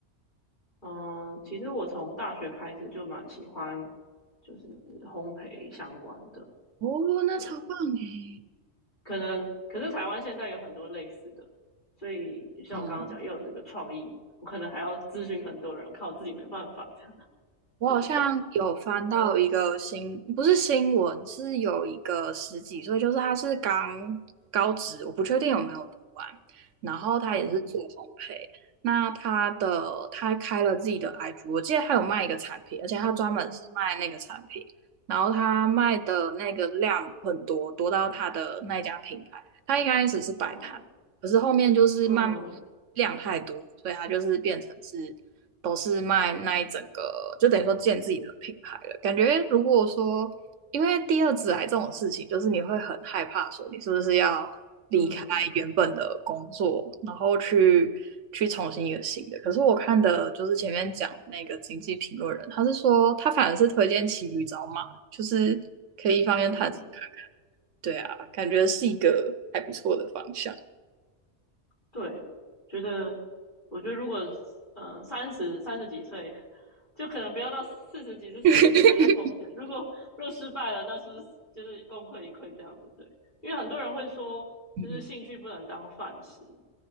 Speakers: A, on the left (about 40°); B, on the right (about 85°).
A: 嗯，呃其实我从大学开始就蛮喜欢就是烘焙相关的，
B: 哦，那超棒诶。
A: 对，可能可是台湾现在有很多类似的，所以就像我刚刚讲，
B: 嗯。
A: 又有这个创意，我可能还要咨询很多人，我靠我自己没办法。
B: 我好像有翻到一个新，
A: 对，嗯
B: 不是新闻，是有一个十几岁，就是他是刚高职，我不确定有没有读完，然后他也是做烘焙，
A: 嗯
B: 那他的他开了自己的 IG，我记得他有卖一个产品，而且他专门是卖那个产品，
A: 嗯，
B: 然后他卖的那个量很多，多到他的那家品牌，他一开始是摆摊，
A: 哇，
B: 可是后面就是慢慢
A: 嗯
B: 量太多，所以他就是变成是。都是卖那一整个，就等于说建自己的品牌了。感觉如果说，因为第二职来这种事情，就是你会很害怕，说你是不是要离开原本的工作，
A: 嗯
B: 然后去去重新一个新的。可是我看的就是前面讲的那个经济评论人，他是说他反而是推荐骑驴找马，就是可以一方面探索，
A: 嗯，
B: 对啊，感觉是一个还不错的方向。
A: 对，觉得我觉得如果嗯三十三十几岁，就可能不要到四十几岁，四十几岁有点风险。
B: <laughs>
A: 如果若失败了，那是就是功亏一篑这样子？对，因为很多人会说，
B: 嗯嗯
A: 就是兴趣不能当饭吃，